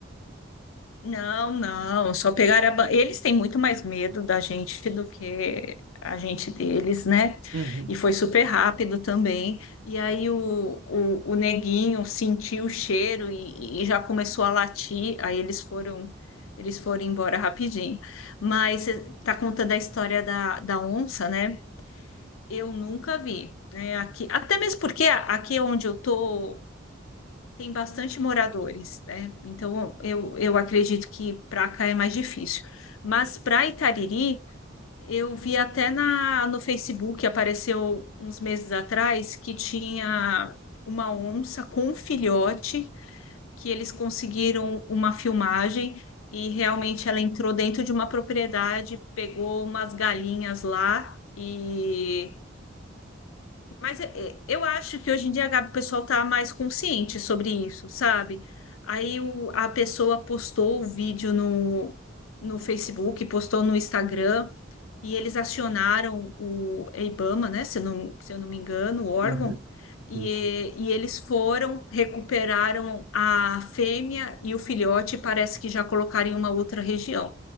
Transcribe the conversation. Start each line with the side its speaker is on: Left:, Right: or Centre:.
Left: Não, não, só pegar a... ba- Eles têm muito mais medo da gente do que a gente deles, né?
Right: Uhum,
Left: E foi super rápido também. E aí o, o, o neguinho sentiu o cheiro e, e já começou a latir. Aí eles foram eles foram embora rapidinho. Mas você tá contando a história da, da onça, né? Eu nunca vi, né? Aqui, até mesmo porque aqui é onde eu tô tem bastante moradores, né? Então eu, eu acredito que para cá é mais difícil. Mas para Itariri, eu vi até na, no Facebook, apareceu uns meses atrás, que tinha uma onça com um filhote, que eles conseguiram uma filmagem e realmente ela entrou dentro de uma propriedade, pegou umas galinhas lá. E mas é- é, eu acho que hoje em dia, Gabi, o pessoal está mais consciente sobre isso, sabe? Aí o- a pessoa postou o vídeo no, no Facebook, postou no Instagram, e eles acionaram o IBAMA, né? Se eu não, se eu não me engano, o órgão,
Right: uhum,
Left: e,
Right: isso.
Left: e eles foram, recuperaram a fêmea e o filhote, e parece que já colocaram em uma outra região.